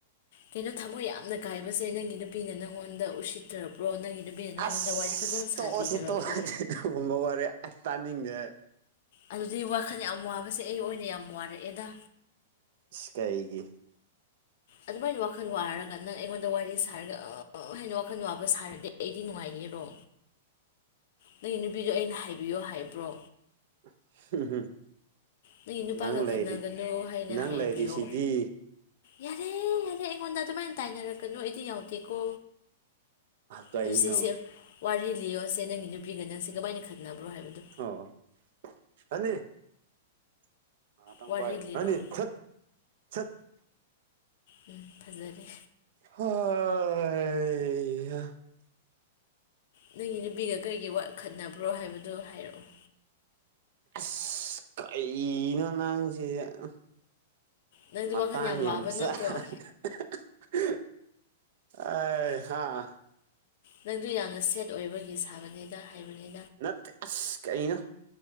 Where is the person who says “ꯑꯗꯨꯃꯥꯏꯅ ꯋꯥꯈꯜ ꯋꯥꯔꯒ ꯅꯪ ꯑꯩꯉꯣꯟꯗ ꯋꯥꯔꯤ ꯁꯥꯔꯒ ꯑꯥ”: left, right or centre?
Left